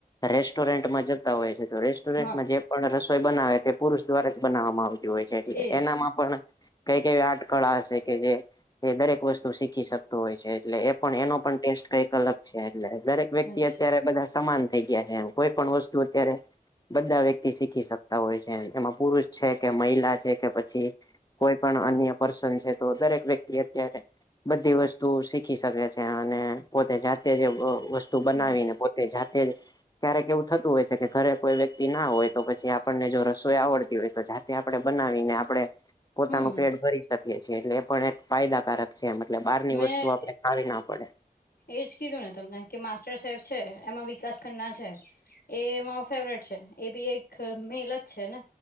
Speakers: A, on the left (about 25°); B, on the left (about 80°).
A: રેસ્ટોરન્ટમાં જ તા હોય છે તો રેસ્ટોરન્ટમાં
B: હા
A: જે પણ રસોઈ બનાવે તે પુરુષ દ્વારા જ બનાવવામાં આવે તે હોય છે એટલે
B: એજ
A: એનામાં પણ કઈ કઈ આર્ટ કળા હશે કે જે એ દરેક વસ્તુ શીખી શક તો હોય છે, એટલે એ પણ એનો પણ ટેસ્ટ કઈક અલગ છે એટલે દરેક વ્યક્તિ
B: એજ
A: અત્યારે બધા સમાન થઈ ગયા છે એમ કોઈ પણ વસ્તુ અત્યારે બધા વ્યક્તિ શીખી શકતા હોય છે એમાં પુરુષ છે કે મહિલા છે કે પછી કોઈ પણ અન્ય પર્સન છે તો દરેક વ્યક્તિ અત્યારે બધી વસ્તુ શીખી શકે છે અને પોતે જાતે જ વ વસ્તુ બનાવીને
B: એજ
A: પોતે જાતે જ ક્યારેક એવું થતું હોય છે કે ઘરે કોઈ વ્યક્તિ ના હોય તો પછી આપણને જો રસોઈ આવડતી હોય તો જા તે આપડે બનાવીને આપડે પોતાનું
B: હમ
A: પેટ ભરી શકીએ છીએ એટલે એ પણ એક ફાયદાકારક છે મતલબ બારની
B: મેં
A: વસ્તુ આપડે ખાવી ના પડે‌
B: એજ કીધુંને તમને કે માસ્ટર શેફ છે એમાં વિકાસ ખન્ના છે. એ મારો ફેવરેટ છે એ બી એક મેલ જ છે ને